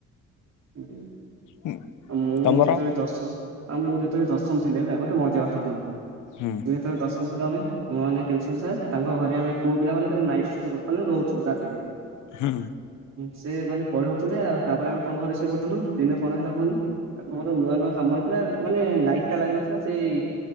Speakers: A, on the right; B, on the left.
A: <inaudible>
B: ହୁଁ।
A: ମୁଁ
B: ତମର
A: ଯେତେବେଳେ ଦଶ ଆଉ ମୁଁ ଯେତେବେଳେ ଦଶ ମ ଥିଲି ହେଲା ଗୋଟେ ମଜା କଥା ଶୁଣ।
B: ହୁଁ।
A: ମୁଁ ଯେତେବେଳେ ଦଶମ ଥିଲୁ ଆମେ ଆମ ମାନେ ଟିଉସନ ସାର୍ ତାଙ୍କ ଘରେ ଆମେ ପୁଅ ପିଲା ମାନେ ଖାଲି ନାଇଟ୍ ରେ ମାନେ ରହୁଥିଲୁ ରାତିରେ।
B: ହୁଁ।
A: ସେ ମାନେ ପଢଉଥିଲେ ଆଉ ତାପରେ ଆମେ ତାଙ୍କ ଘରେ ଶୋଇ ପଢୁଥିଲୁ ଦିନେ କଣ ହେଲା କହନି? ତମର ନୂଆ ନୂଆ କାମ ହେଇଥିଲା ମାନେ ଲାଇଟଟା ଲାଗିନଥିଲା ସେଇ